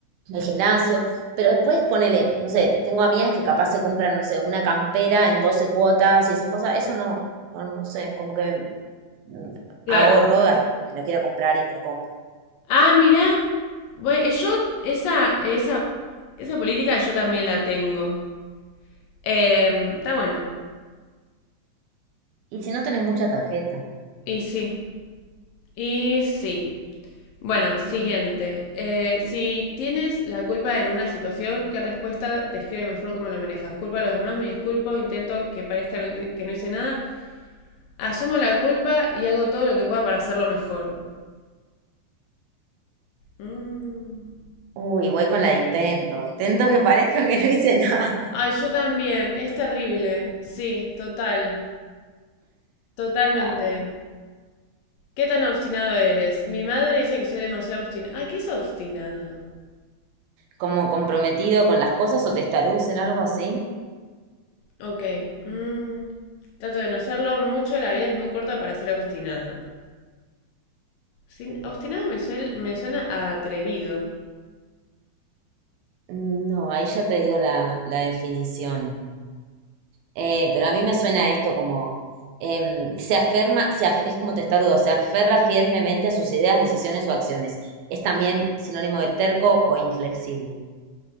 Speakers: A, on the right; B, on the left.
A: el gimnasio, pero después ponele, no sé, tengo amigas que capaz se compran, no sé, una campera en 12 cuotas y esas cosas. Eso no, no, no sé, como que me
B: claro.
A: ahorro hasta que me lo quiera comprar y me lo compro.
B: Ah, mirá. Bueno, yo esa, esa, esa política yo también la tengo. Eh, está buena.
A: Y si no tenés mucha tarjeta.
B: Y sí, y sí. Bueno, siguiente. Eh, si tienes la culpa en una situación, ¿qué respuesta describe mejor cómo lo manejas? Culpa a los demás, me disculpo, intento que parezca no- que no hice nada, asumo la culpa y hago todo lo que pueda para hacerlo mejor. Mm.
A: Uy, voy con la de intento. Intento que <laughs> parezca que no hice nada.
B: Ay, yo también, es terrible. Sí, total, totalmente.
A: Ay.
B: ¿Qué tan obstinado eres? Mi madre dice que soy demasiado obstinado. Ay, ¿qué es obstinado?
A: Como comprometido con las cosas o testaruz en algo así.
B: Ok. mm, trato de no serlo mucho. La vida es muy corta para ser obstinado. Sin- Obstinado me, suel- me suena a atrevido.
A: No, ahí ya te digo la, la definición. Eh, pero a mí me suena esto como em, se aferma, se af- es como testarudo, se aferra firmemente a sus ideas, decisiones o acciones. Es también sinónimo de terco o inflexible.